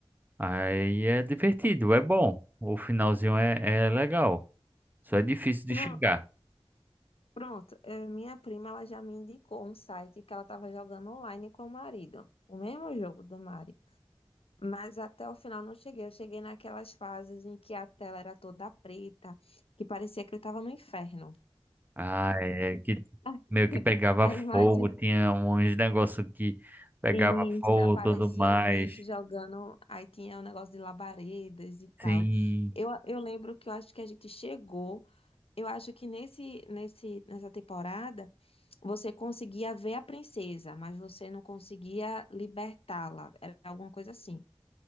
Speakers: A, on the right (about 20°); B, on the left (about 70°).
A: Aí é divertido, é bom. O finalzinho é, é legal. Só é difícil de
B: Não,
A: chegar.
B: Pronto, eh, minha prima ela já me indicou um site que ela estava jogando online com o marido, o mesmo jogo do Mari. Mas até o final não cheguei. Eu cheguei naquelas fases em que a tela era toda preta, que parecia que ele estava no inferno.
A: Ah, é que
B: <laughs>
A: meio que pegava
B: A
A: fogo,
B: imagem.
A: tinha uns negócios que pegava
B: Isso,
A: fogo,
B: aparecia
A: e tudo mais.
B: o bicho jogando. Aí tinha o negócio de labaredas e tal.
A: Sim.
B: Eu, eu lembro que eu acho que a gente chegou. Eu acho que nesse, nesse, nessa temporada você conseguia ver a princesa, mas você não conseguia libertá-la. Era alguma coisa assim.